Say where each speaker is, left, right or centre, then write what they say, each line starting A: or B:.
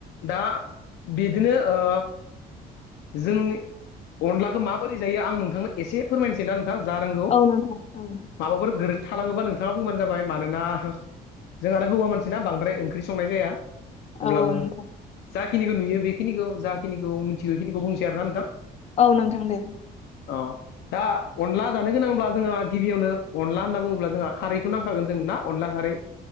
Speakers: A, on the left; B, on the left.
A: दा बिदिनो ओ जोंनि अनलाखौ माबोरै जायो आं नोंथांनो एसे फोरमायनोसै ना नोंथां जा रोंगौ
B: औ नोंथां औ
A: माबाफोर गोरो थालाङोबा नोंथाङा बुंबानो जाबाय मानोना जों आरो हौवा मानसिनाा बांद्राय ओंख्रि संनाय जाया
B: औ
A: अब्लाबो।
B: नोंथां
A: जाखिनिखौ नुयो बेखिनिखौ जाखिनिखौ मिथिगौ बेखिनिखौ बुंसै आरोना नोंथां।
B: औ नोंथां दे
A: औ। दा अनला जानो गोनांब्ला जोंहा गिबियावनो अनला होनना बुङोब्ला जोंहा खारैखौ नांखागोन जों ना अनला खारै